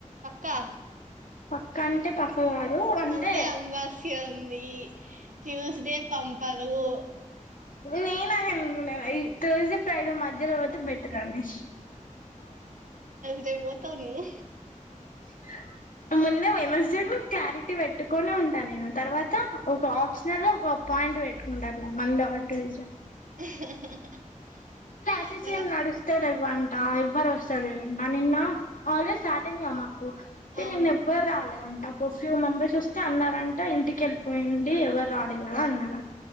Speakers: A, on the right; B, on the left.
A: కా
B: పక్క అంటే పక్క కాదు అంటే
A: మండే అమావాస్య ఉంది ట్యూస్డే పంపరు
B: నేనా న ఈ థర్స్డే ఫ్రైడే మధ్యలో వవ బట్ రమేష్
A: అదే పోస్తావా నువ్వు
B: <inaudible> ముంద వైఎస్ క్లారిటీ పెట్టుకుొనే ఉంటా నేను తర్వాత ఒక ఆప్షనల్ ఒక పాయింట్ పెట్టుకుంటా మండే ఆర్ ట్యూస్డే
A: <unintelligible>
B: క్లాసెస్
A: మళ్ళా
B: ఏం నడుస్తంది ఇవ్వంట ఎవ్వరు వస్తంది ఎరన్నా నిన్న ఆల్రెడీ స్టార్ట్ అయింది కదా మాకు అయితే
A: అవును
B: నిన్న ఎవరు రాలేదండి ఒక ఫ్యూ మెంబర్స్ వస్తే అన్నారంట ఇంటికి వెళ్ళిపోయింది ఎవరు రాలేదు కదా అన్నార